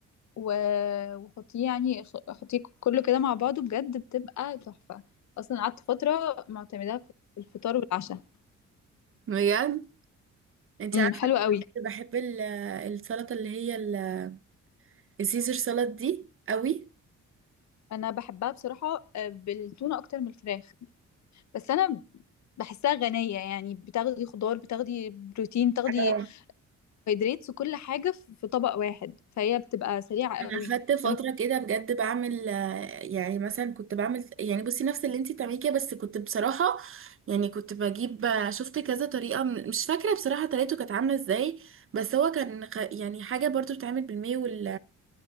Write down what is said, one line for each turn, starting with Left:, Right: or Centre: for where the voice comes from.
Left: و... وحطيه يعني خ- حطيه كله كده مع بعضه بجد بتبقى تحفة اصلا قعدت فترة معتمداها في الفطار والعشاء
Right: بجد انت
Left: امم
Right: عارفه
Left: حلو قوي
Right: كنت بحب ال- السلطه اللي هي ال- السيزر سلطه دي قوي
Left: انا بحبها بصراحه آه، بالتونه اكتر من الفراخ بس انا بحسها غنيه يعني بتاخدي خضار بتاخدي بروتين بتاخدي
Right: اه
Left: هيدريتس وكل حاجه في في طبق واحد فهي بتبقى سريعه
Right: انا
Left: قوي
Right: خدت فتره
Left: لو انت-
Right: كده بجد بعمل آه، يعني مثلا كنت بعمل يعني بصي نفس اللي انت بتعمليه كده بس كنت بصراحه يعني كنت بجيب آه، شفت كذا طريقه م- مش فاكره بصراحه طريقته كانت عامله ازاي بس هو كان خ... يعني حاجه برضو بتتعمل بالماء وال...